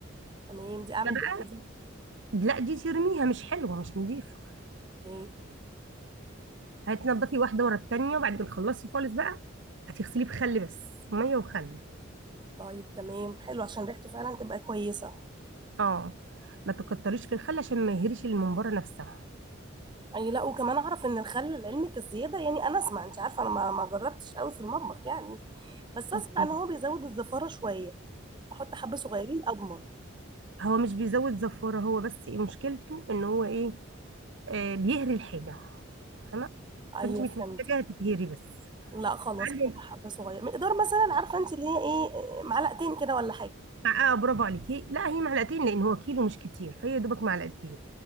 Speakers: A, on the right; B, on the right.
A: تمام دي اعمل
B: ده بقى
A: بيها ايدي
B: لا دي ترميها مش حلوه مش نظيفه
A: اوكي
B: هتنضفي واحده ورا التانيه وبعد ما تخلصي خالص بقى هتغسليه بخل بس ميه وخل
A: طيب تمام حلو عشان ريحته فعلا تبقى كويسه
B: اه ما تكتريش في الخل عشان ما يهريش الممبار نفسها
A: اي لا وكمان اعرف ان الخل لعلمك الزياده يعني انا اسمع انت عارفه انا ما ما جربتش قوي في المطبخ يعني بس اسمع
B: اوكي
A: ان هو بيزود الزفاره شويه احط حبه صغيرين اضمن
B: هو مش بيزود زفاره هو بس إيه مشكلته ان هو ايه آه بيهري الحاجه فاهمه
A: ايوه
B: فانت مش
A: فهمت
B: محتاجه تتهري بس
A: لا خلاص
B: بعد
A: احط حبه صغيره مقدار مثلا عارفه انت اللي هي ايه معلقتين كده ولا حاجه
B: مع اه برافو عليكي لا هي معلقتين لان هو كيلو مش كتير فهي يا دوبك معلقتين